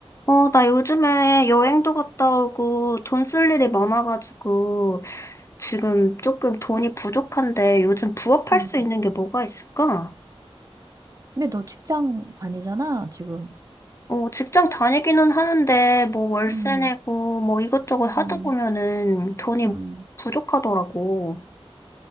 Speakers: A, on the left; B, on the right.
A: 어, 나 요즘에 여행도 갔다 오고 돈 쓸 일이 많아가지고 지금 조금 돈이 부족한데 요즘 부업할
B: 음.
A: 수 있는 게 뭐가 있을까?
B: 근데 너 직장 다니잖아, 지금.
A: 어, 직장 다니기는 하는데 뭐 월세
B: 음,
A: 내고 뭐 이것저것 하다
B: 음,
A: 보면은 돈이
B: 음.
A: 부족하더라고.